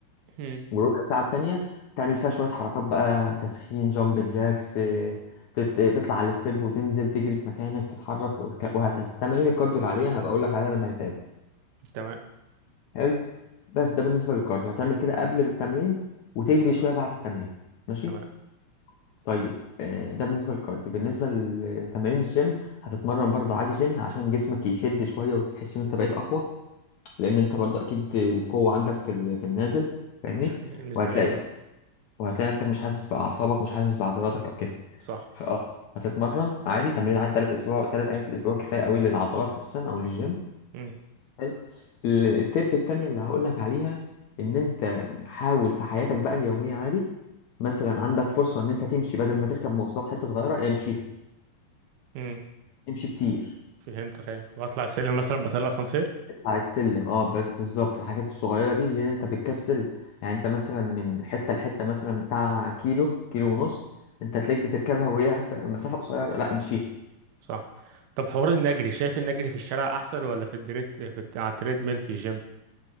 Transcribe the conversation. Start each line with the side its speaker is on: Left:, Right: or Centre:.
Right: مم.
Left: والربع ساعه التانيه تعمل فيها شويه حركات بقى تسخين جامبن جاكس اه، تت- تطلع على الستيب وتنزل تجري في مكانك تتحرك وك- وهكذا تمارين الكارديو العاديه هبقى اقول لك عليها لما نتقابل
Right: تمام
Left: حلو بس ده بالنسبه للكارديو هتعمل كده قبل التمرين وتجري شويه بعد التمرين ماشي
Right: تمام
Left: طيب آه، ده بالنسبه للكارديو بالنسبه لتمارين الجيم هتتمرن برضه عادي جيم عشان جسمك يشد شويه وتحس ان انت بقيت اقوى لان انت برضه اكيد القوه عندك في ال- في النازل فاهمني
Right: نسبيا
Left: وهتلاقي
Right: اه
Left: وهتلاقي نفسك مش حاسس باعصابك مش حاسس بعضلاتك او كده
Right: صح
Left: فاه هتتمرن عادي تمرين عادي ثلاث اسبوع ثلاث ايام في الاسبوع كفايه قوي للعضلات اساسا او للجيم
Right: مم.
Left: حلو التب التانية اللي هقولك عليها ان انت حاول في حياتك بقى اليومية عادي مثلا عندك فرصة ان انت تمشي بدل ما تركب مواصلات حتة صغيرة امشيها
Right: مم.
Left: امشي كتير
Right: فهمتك ايه واطلع السلم مثلا بطلع اسانسير
Left: اطلع السلم اه بس بالظبط الحاجات الصغيرة دي اللي انت بتكسل يعني انت مثلا من حتة لحتة مثلا بتاع كيلو كيلو ونص انت تلاقيك بتركبها وهي حتة مسافة قصيرة لا امشيها
Right: صح طب حوار النجري شايف النجري في الشارع احسن ولا في الدريت في الت- على التريد ميل في الجيم